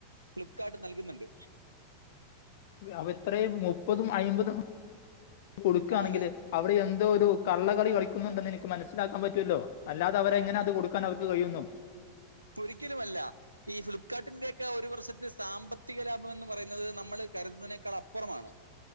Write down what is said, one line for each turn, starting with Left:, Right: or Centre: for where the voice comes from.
Right: ഫ്ലിപ്കാർട്ട് നൽക്ന്ന്ണ്ട്
Left: അവ ഇത്രയും മുപ്പതും അയിമ്പതും കൊട്ക്കാണെങ്കില്
Right: ആ അതെ
Left: അവിടെ എന്തോ ഒരു കള്ളകളി കളിക്കുന്നുണ്ടെന്ന് എനിക്ക് മനസ്സിലാക്കാൻ പറ്റൊല്ലോ അല്ലാതെ അവരെ ങ്ങനെ അത് കൊടുക്കാൻ അവർക്ക് കഴിയുന്നു
Right: ഒരിക്കലുമല്ല ഈ ഫ്ലിപ്കാർട്ടിന്റെയൊക്കെ ഒരു വർഷത്തെ സാമ്പത്തിക ലാഭം എന്ന് പറയുന്നത് നമ്മള് കരുതുന്നതിനേക്കാൾ അപ്പുറമാണ്